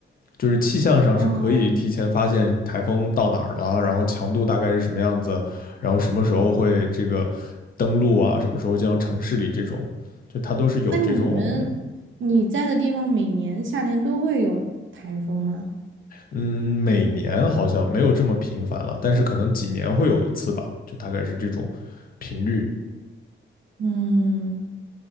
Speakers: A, on the left; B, on the right.
A: 就是气象上是可以提前发现台风到哪儿了，
B: 哦，
A: 然后强度大概是什么样子，然后什么时候会这个登陆啊，什么时候进到城市里这种，就它都是有这种，
B: 那你们你在的地方每年夏天都会有台风吗？
A: 嗯，每年好像没有这么频繁了，但是可能几年会有一次吧，就大概是这种频率。
B: 嗯，